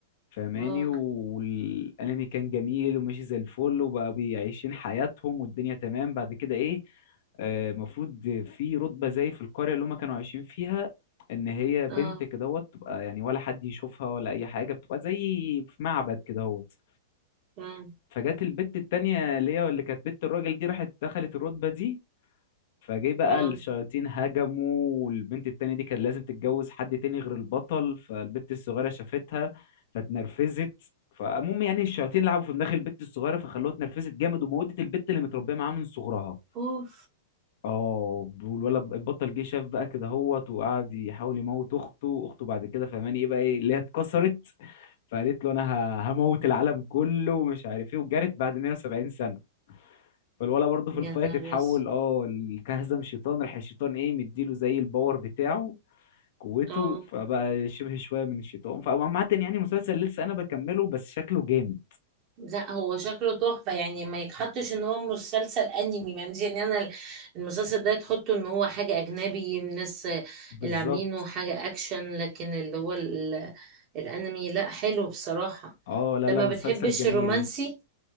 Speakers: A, on the left; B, on the right.
A: فاهماني
B: اه
A: والانمي كان جميل وماشي زي الفل وبقى بيعيشين حياتهم والدنيا تمام بعد كده ايه آه، المفروض في رتبة زي في القرية اللي هما كانوا عايشين فيها ان هي بنت
B: اه
A: كدهوت تبقى يعني ولا حد يشوفها ولا اي حاجة بتبقى زي في معبد كدهوت
B: اه
A: فجت البت التانية اللي هي اللي كانت بنت الراجل دي راحت دخلت الرتبة دي فجه بقى
B: اه
A: الشياطين هجموا والبنت التانية دي كان لازم تتجوز حد تاني غير البطل فالبنت الصغيرة شافتها فاتنرفزت فالمهم يعني الشياطين لعبوا في دماغ البنت الصغيرة فخلوها اتنرفزت جامد وموتت البنت اللي متربية معاها من صغرها
B: اوف
A: اه والولد البطل جه شاف بقى كده هوت وقعد يحاول يموت اخته اخته بعد كده فهماني ايه بقى ايه اللي هي اتكسرت فقالت له انا ه- هموت العالم كله ومش عارف ايه وجرت بعد 170 سنة فالولا برضه في
B: يا
A: الفايت
B: نهار
A: اتحول
B: اسود.
A: اه ال- كهزم شيطان راح الشيطان ايه مديله زي الباور بتاعه قوته
B: اه
A: فبقى شبه شويه من الشيطان فعامة يعني مسلسل لسه انا بكمله بس شكله جامد
B: لا هو شكله تحفة يعني ما يتحطش ان هو مسلسل انمي معلش يعني انا المسلسل ده تحطه ان هو حاجة اجنبي الناس
A: بالظبط
B: اللي عاملينه حاجة اكشن لكن اللي هو ال- الانمي لا حلو بصراحة
A: اه لا
B: انت
A: لا
B: ما
A: مسلسل
B: بتحبش
A: جميل
B: الرومانسي